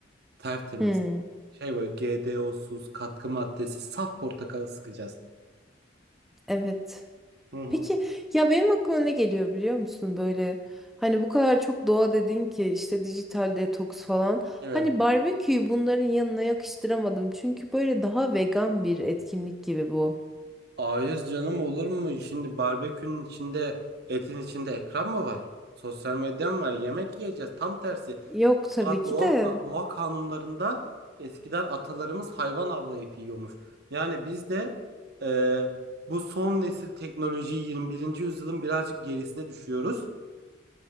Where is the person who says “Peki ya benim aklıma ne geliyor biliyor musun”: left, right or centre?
Centre